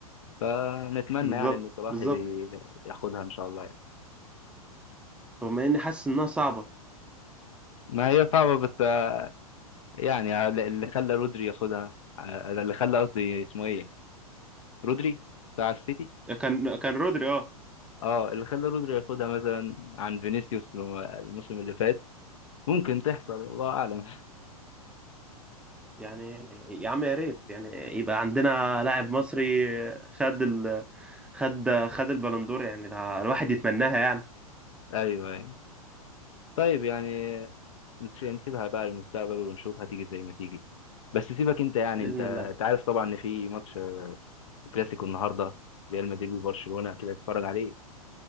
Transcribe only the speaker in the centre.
بالظبط
بالظبط
رغم اني حاسس انها صعبه
كان كان رودري اه
يعني يا عم يا ريت يعني يبقى عندنا لاعب مصري خد ال خد خد البالندور يعني ده الواحد يتمناها يعني
باذن
الله